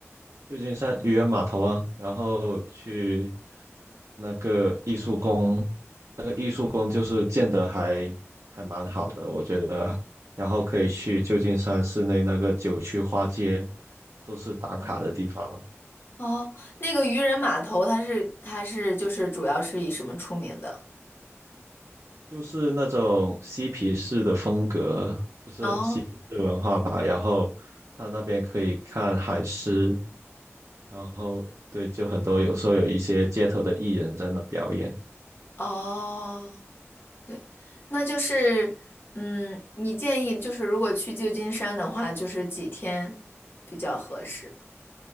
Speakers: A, on the right; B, on the left.
A: 旧金山渔人码头啊，然后去那个艺术宫，那个艺术宫就是建的还还蛮好的，我觉得。然后可以去旧金山市内那个九曲花街，都是打卡的地方了。
B: 嗯，哦，那个渔人码头，它是它是就是主要是以什么出名的？
A: 就是那种嬉皮士的风格，就是嬉皮士文化吧。
B: 哦
A: 然后他那边可以看海狮，然后对，就很多有时候有一些街头的艺人在那表演。
B: 哦，对，那就是嗯，你建议就是如果去旧金山的话，就是几天比较合适？